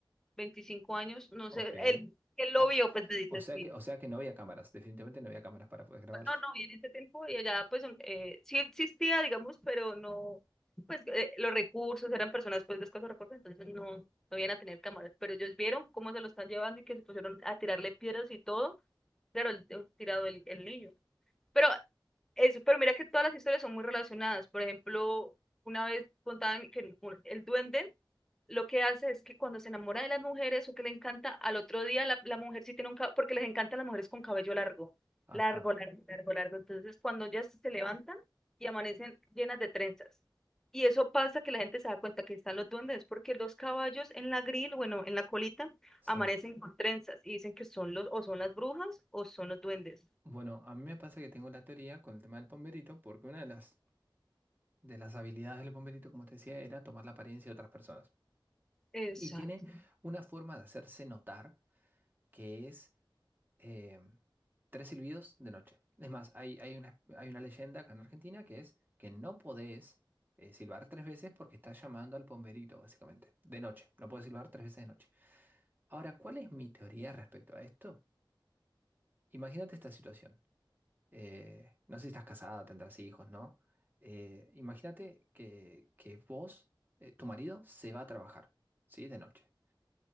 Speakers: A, in the centre; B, on the right.
A: 25 años, no
B: Ok.
A: sé, él, él lo
B: Ah,
A: vio, pues me dice,
B: o sea
A: sí
B: que, o sea que no había cámaras, definitivamente no había cámaras para poder grabarlo.
A: No,
B: <laughs>
A: no, y en ese tiempo y allá pues un- eh, sí existía, digamos, pero no, pues eh, los recursos eran personas pues de escasos recursos, entonces no, no iban a tener cámaras, pero ellos vieron cómo se lo están llevando y que se pusieron a tirarle piedras y todo, claro, el, el- tirado el, el niño. Pero eso, pero mira que todas las historias son muy relacionadas, por ejemplo, una vez contaban que el, el duende lo que hace es que cuando se enamora de las mujeres o que le encanta, al otro día la, la mujer sí tiene un cabello, porque les encantan las mujeres con cabello largo,
B: Ajá,
A: largo, largo, largo, largo. Entonces, cuando ya se levantan y amanecen llenas de trenzas. Y eso pasa que la gente se da cuenta que están los duendes, porque los caballos en la grill, bueno, en la colita,
B: sí.
A: amanecen con trenzas y dicen que son los, o son las brujas o son los duendes.
B: Bueno, a mí me pasa que tengo la teoría con el tema del pomberito, porque una de las, de las habilidades del pomberito, como te decía, era tomar la apariencia de otras personas.
A: Exacto.
B: Y tiene una forma de hacerse notar que es eh, tres silbidos de noche. Es más, hay, hay una, hay una leyenda acá en Argentina que es que no podés eh, silbar tres veces porque estás llamando al pomberito, básicamente, de noche. No podés silbar tres veces de noche. Ahora, ¿cuál es mi teoría respecto a esto? Imagínate esta situación. Eh, no sé si estás casada, tendrás hijos, ¿no? Eh, imagínate que, que vos, eh, tu marido, se va a trabajar, ¿sí? De noche.